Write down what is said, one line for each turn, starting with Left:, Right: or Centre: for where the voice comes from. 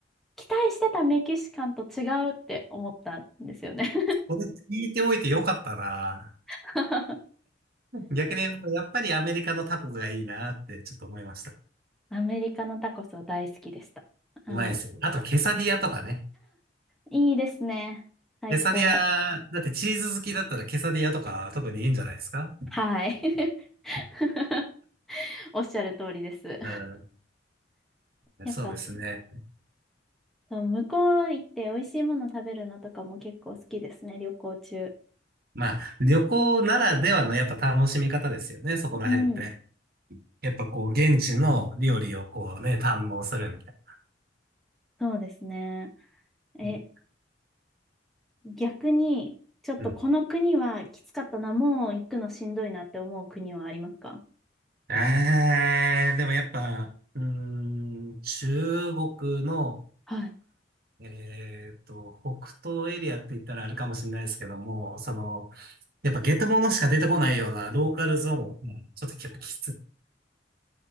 Centre: 期待してたメキシカンと違うって思ったんですよね。
Right: これ聞いておいてよかったな。
Centre: <laughs>
Right: 逆に、やっぱりアメリカのタコがいいなってちょっと思いました。
Centre: アメリカのタコスは大好きでした。あの、
Right: うまいですよ。あと、ケサディアとかね。
Centre: いいですね。最高。
Right: ケサディア、だってチーズ好きだったらケサディアとか特にいいんじゃないですか
Centre: はい。<laughs> おっしゃる通りです。
Right: うん、
Centre: やっぱ、
Right: そうですね。
Centre: そう向こう行って美味しいもの食べるのとかも結構好きですね、旅行中。
Right: まあ、旅行ならではのやっぱ楽しみ方ですよね、そこら辺って。
Centre: うん。
Right: やっぱこう、現地の料理をこうね、堪能するみたい
Centre: そうですね。え、
Right: な。
Centre: 逆に、ちょっとこの国はきつかったな、
Right: うん
Centre: もう行くのしんどいなって思う国はありますか
Right: えーでもやっぱ、うーん、中国の、
Centre: はい。
Right: えっと、北東エリアって言ったらあれかもしれないですけども、その、やっぱゲテモノしか出てこないようなローカルゾーン、うんちょっとやっぱきつ